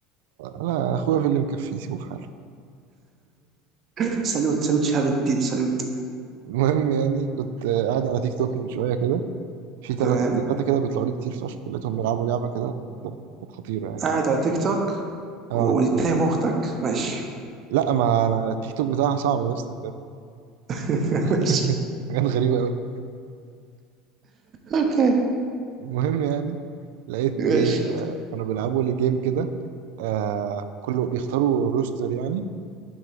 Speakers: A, on the right; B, on the right.
A: انا اخويا في اللي مكفيه سيبه في حاله
B: <coughs> <laughs> سالوت سالوت شهاب الدين سالوت
A: المهم يعني كنت قاعد على تيك توك من شويه كده في ثلاثه
B: تمام
A: ثلاثه كده بيطلعوا لي كتير فشخ لقيتهم بيلعبوا لعبه كده كانت كانت خطيره يعني
B: قاعد على تيك توك ونتهم
A: اه
B: اختك ماشي
A: لا ما انا التيك توك بتاعها صعب يا اسطى بجد
B: <laughs>
A: <laughs>
B: ماشي
A: حاجات غريبه قوي
B: اوكي
A: المهم يعني لقيت
B: ماشي
A: ايه آه، كانوا بيلعبوا لي جيم كده آه كله بيختاروا روستر يعني